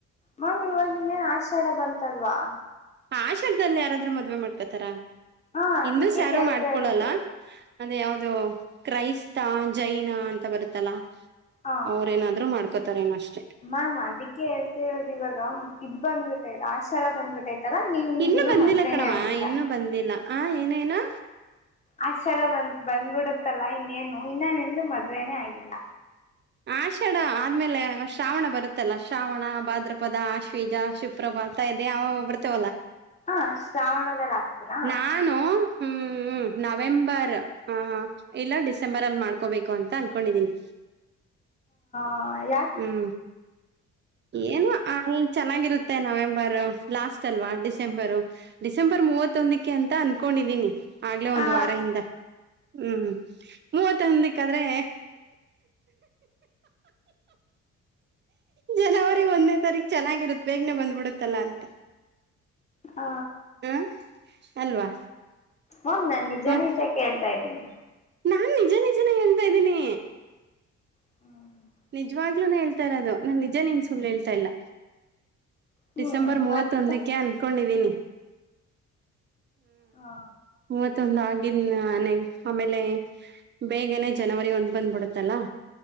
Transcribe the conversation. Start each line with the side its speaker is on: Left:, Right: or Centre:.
Left: ಮ್ಯಾಮ್ ಇವಾಗ ಇನ್ನೇನ್ ಆಷಾಡ ಬಂತಲ್ವಾ.
Right: ಆಷಾಡದಲ್ಲಿ ಯಾರಾದ್ರೂ ಮದ್ವೆ ಮಾಡ್ಕೊತಾರ
Left: ಹಾ
Right: ಹಿಂದುಸ್
Left: ಅದಿಕ್ಕೆ
Right: ಯಾರು
Left: ಕೇಳ್ತಾ
Right: ಮಾಡ್ಕೊಳಲ್ಲ.
Left: ಇರೋದು
Right: ಅದೇ ಯಾವ್ದೋ ಕ್ರೈಸ್ತ ಜೈನ ಅಂತ ಬರುತ್ತಲ್ಲ.
Left: ಹ
Right: ಅವ್ರೇನಾದ್ರು ಮಾಡ್ಕೋತಾರ ಏನ ಅಷ್ಟ
Left: ಮ್ಯಾಮ್ ಅದಕ್ಕೆ ಹೇಳ್ತಿ ಇರೋದು ಇವಾಗ ಇದ್ ಬಂದ್ಬಿಟ್ಟೈದು ಆಷಾಡ ಬಂದುಬಿಟೈತೆ. ತರ ನಿಂದಿನ್ನ
Right: ಇನ್ನು ಬಂದಿಲ್ಲ
Left: ಮದ್ವೆನೇ
Right: ಕಣಮ್ಮ
Left: ಆಗಿಲ್ಲ.
Right: ಇನ್ನು ಬಂದಿಲ್ಲ ಆ ಏನು ಏನು.
Left: ಆಷಡ ಬಂದ್ ಬಂದ್ಬಿಡುತ್ತಲ್ಲ ಇನ್ನೇನು ಇನ್ನ ನಿಮ್ದು ಮದ್ವೆನೇ ಆಗಿಲ್ಲ.
Right: ಆಷಾಢ ಆದ್ಮೇಲೆ ಶ್ರಾವಣ ಬರುತ್ತಲ್ಲ ಶ್ರಾವಣ ಭಾದ್ರಪದ ಆಶ್ವೀಜ ಶು ಪ್ರಭಾತ ಇದೆ ಅವ ಬರ್ತೇವಲ್ಲ
Left: ಹ ಶ್ರಾವಣದಲ್ಲಿ ಆಗ್ತೀರಾ
Right: ನಾನು. ಹ್ಮ್ ನವೆಂಬರ್ ಆ ಇಲ್ಲ ಡಿಸೆಂಬರ್ ಅಲ್ಲಿ ಮಾಡ್ಕೋಬೇಕು ಅಂತ ಅನ್ಕೊಂಡಿದೀನಿ.
Left: ಹಾ ಯಾ
Right: ಹ್ಮ್. ಏನು ಅಲ್ಲ ಚೆನ್ನಾಗಿರುತ್ತೆ ನವೆಂಬರ್ ಲಾಸ್ಟ್ ಅಲ್ವಾ ಡಿಸೆಂಬರು. ಡಿಸೆಂಬರ್ ಮೂವತ್ತೊಂದಕ್ಕೆ ಅಂತ ಅನ್ಕೊಂಡಿದೀನಿ ಆಗ್ಲೆೇ ಒಂದ
Left: ಆ
Right: ವಾರ ಹಿಂದ. ಹ್ಮ್ ಮೂವತ್ತೊಂದಕಾದ್ರೆ ಜನವರಿ ಒಂದನೇ ತಾರೀಖ ಚೆನ್ನಾಗಿರುತ್ತ ಬೇಗನೆ ಬಂದ್ಬ ಬಿಡುತ್ತಲ್ಲಾ ಅಂತ.
Left: ಹ
Right: ಹ ಅಲ್ವಾ.
Left: ಮ್ಯಾಮ್ ನಾನ್ ನಿಜ
Right: ಮತ್
Left: ನಿಜ ಕೇಳ್ತಾ ಇದ್ದೀನಿ.
Right: ನಾನ್ ನಿಜ ನಿಜನೇ ಹೇಳ್ತಾ ಇದ್ದೀನಿ.
Left: <inaudible>
Right: ನಿಜವಾಗ್ಲೂನೆ ಹೇಳ್ತ ಇರೋದು ನಾನ್ ನಿಜ ನಿಂಗ್ ಸುಳ್ಳ ಹೇಳ್ತಾ ಇಲ್ಲ.
Left: ಹ್ಮ್
Right: ಡಿಸೆಂಬರ್ ಮೂವತ್ತೊಂದಕ್ಕೆ
Left: ಮತ್ತೆ
Right: ಅನ್ಕೊಂಡಿದೀನಿ.
Left: ಹಾ.
Right: ಮೂವತ್ತೊಂದ ಆಗಿದನೆಗ್ ಆಮೇಲೆ. ಬೇಗನೆ ಜನವರಿ ಒಂದ್ ಬಂದ್ಬಿಡುತ್ತಲ್ಲಾ.